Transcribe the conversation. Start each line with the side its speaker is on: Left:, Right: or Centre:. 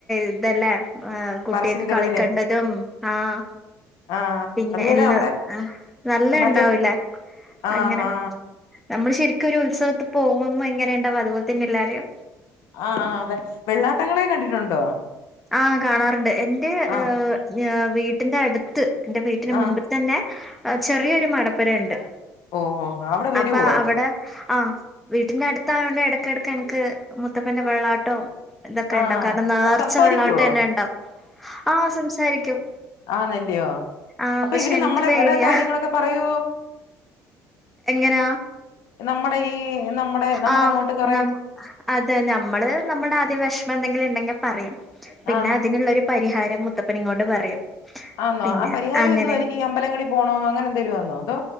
Centre: ഇതല്ലേ ഏഹ് കുട്ടിയോക്ക്
Left: പറശ്ശിനിക്കടവിലെ
Centre: കളിക്കണ്ടതും ആഹ്.
Left: ആ
Centre: പിന്നെ
Left: അതുപോലെ
Centre: എല്ലാം
Left: അവിടെ
Centre: ആഹ് നല്ല
Left: മറ്റേ
Centre: എണ്ടാവില്ല
Left: ആ
Centre: അങ്ങനെ.
Left: ആ
Centre: നമ്മള് ശരിക്കുരു ഉത്സവത്ത് പോവുമ്പോ എങ്ങനെണ്ടാവു അതുപോലെതന്നെല്ലാടേം..
Left: ആ ആ അതെ വെള്ളാട്ടങ്ങളെ കണ്ടിട്ടുണ്ടോ?
Centre: ആഹ് കാണാറുണ്ട് എന്റെ
Left: ആ
Centre: ഹ് ഹ് വീട്ടിന്റെ അടുത്ത് എന്റെ വീട്ടിന്റെ
Left: ആ
Centre: മുമ്പ് തന്നെ ചെറിയൊരു മടപ്പരയെണ്ട്
Left: ഓ ഓ അവിടെ വരുവോ
Centre: അപ്പ അവിടെ. ആഹ് വീട്ടിന്റെ അടുത്തായോണ്ട് എ ടക്ക എടക്ക്നിക്ക് മുത്തപ്പന്റെ വെള്ളാട്ടോ ഇതൊക്കെണ്ടാവും
Left: ആഹ്
Centre: കാരണം നാർച്ച
Left: അത് സംസാരിക്കുവോ
Centre: വെള്ളാട്ടന്നെണ്ടാവും ആഹ് സംസാരിക്കും.
Left: ആ നല്ലിയോ
Centre: ആഹ്
Left: അപ്പൊ
Centre: പക്ഷെ
Left: ഇവര്
Centre: എനിക്ക്
Left: നമ്മളെവിടെ
Centre: പേടിയാ
Left: കാര്യങ്ങളൊക്കെ പറയൊ?
Centre: എങ്ങനാ
Left: നമ്മുടെ ഈ നമ്മുടെ നമ്മളങ്ങോട്ട്
Centre: ആഹ്
Left: കൊറേ.
Centre: നം അതെ ഞമ്മള് നമ്മൾടെ ആദ്യം വിഷമം എന്തെങ്കിലും ഇണ്ടെങ്കിൽ പറയും പിന്നെ
Left: ആഹ്
Centre: അതിനിള്ളൊരു പരിഹാരം മുത്തപ്പനിങ്ങോട്ട് പറയും.
Left: ആന്നോ
Centre: പിന്നെ
Left: ആ പരിഹാരം
Centre: അങ്ങനെ
Left: എന്തുവാരിക്കും ഈ അമ്പലങ്ങളിൽ പോണോന്ന് അങ്ങനെന്തേലു ആന്നോ അതോ